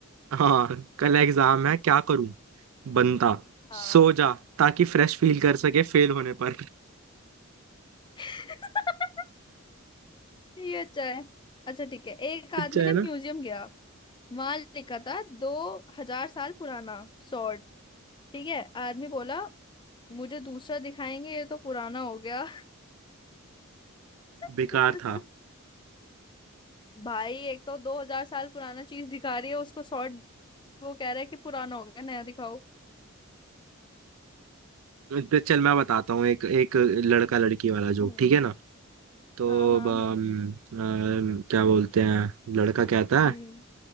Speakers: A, on the right; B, on the left.
A: हाँ कल एग्जाम है क्या करूं बनता
B: हाँ
A: सो जा ताकि फ्रेश फील कर सके फेल होने पर
B: <laughs> ये अच्छा है अच्छा ठीक है एक आदमी
A: अच्छा
B: ना
A: है ना
B: म्यूजियम गया वहां लिखा था दो हजार साल पुराना सॉर्ड ठीक है आदमी बोला मुझे दूसरा दिखाएंगे ये तो पुराना हो गया <laughs>
A: बेकार था
B: भाई एक तो दो हजार साल पुराना चीज दिखा रही है उसको सॉर्ड वो कह रहा है कि पुराना हो गया नया दिखाओ
A: तो चल मैं बताता हूँ एक एक लड़का लड़की वाला जोक
B: हम्म
A: ठीक है ना तो
B: हाँ हाँ
A: अब, अम,
B: हाँ
A: अम, क्या बोलते हैं लड़का कहता है
B: हम्म